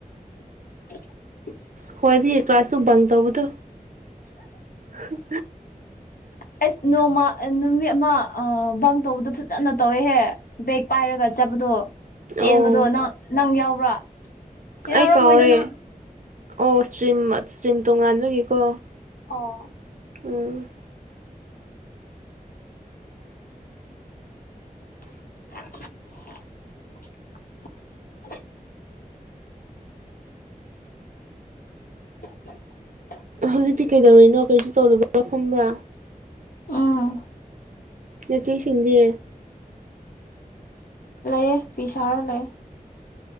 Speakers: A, on the left (about 70°); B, on the right (about 60°).
A: <inaudible>
B: ꯈꯣꯏꯗꯤ ꯀ꯭ꯂꯥꯁꯁꯨ ꯕꯪ ꯇꯧꯕꯗꯨ ꯍꯥ
A: ꯑꯩꯁ ꯅꯣꯡꯃ ꯅꯨꯃꯤꯠ ꯑꯃ ꯑꯥ ꯕꯪ ꯇꯧꯕꯗꯣ ꯐꯖꯅ ꯇꯧꯋꯦꯍꯦ ꯕꯦꯛ ꯄꯥꯏꯔꯒ ꯆꯠꯄꯗꯣ ꯆꯦꯟꯕꯗꯣ
B: ꯑꯣ
A: ꯅꯪ ꯅꯪ ꯌꯥꯎꯕ꯭ꯔꯥ ꯌꯥꯎꯔꯝꯃꯣꯏꯗ
B: ꯑꯩ ꯀꯥꯎꯔꯦ
A: ꯅꯪ
B: ꯑꯣ ꯁ꯭ꯇꯔꯤꯝ ꯁ꯭ꯇꯔꯤꯝ ꯇꯣꯉꯥꯟꯕꯒꯤꯀꯣ
A: ꯑꯣ
B: ꯎꯝ
A: <inaudible> <inaudible>
B: ꯍꯧꯖꯤꯛꯇꯤ ꯀꯩꯗꯧꯔꯤꯅꯣ ꯀꯩꯁꯨ ꯇꯧꯗꯕ꯭ꯔꯥ ꯐꯝꯕ꯭ꯔꯥ
A: ꯑꯥ
B: ꯅꯆꯦ ꯁꯤꯡꯗꯤ
A: ꯂꯩꯌꯦ ꯐꯤ ꯁꯥꯔ ꯂꯩ